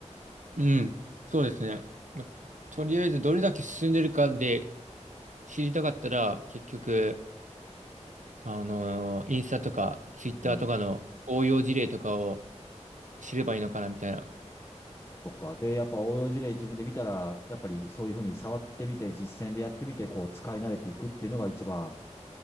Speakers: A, on the right; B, on the left.
A: うん。そうですね。まあとりあえずどれだけ進んでるかで知りたかったら、結局、あのーインスタとかツイッターとかの応用事例とかを
B: うん。
A: 知ればいいのかなみたいな。
B: とかで、やっぱ応用事例自分で見たら、やっぱりそういうふうに触ってみて、実践でやってみて、こう使い慣れていくっていうのが一番